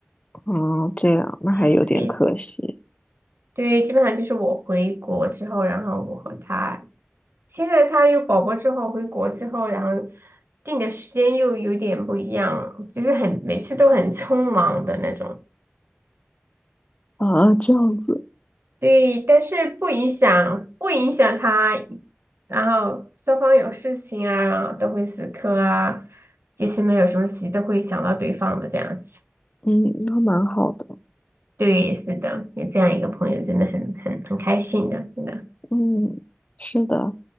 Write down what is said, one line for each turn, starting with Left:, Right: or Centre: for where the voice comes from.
Left: 哦，这样，那还有点可惜
Right: 其实诶对，基本上就是我回国之后，然后我和他，现在他有宝宝之后，回国之后，然后定的时间又有点不一样，就是很每次都很匆忙的那种。
Left: 啊，这样子，
Right: 对，但是不影响，不影响他，然后双方有事情啊，然后都会死磕啊，即使没有什么事，都会想到对方的这样子。
Left: 嗯，那蛮好的，
Right: 对，是的，有这样一个朋友真的很很很开心的，真的，
Left: 嗯，是的，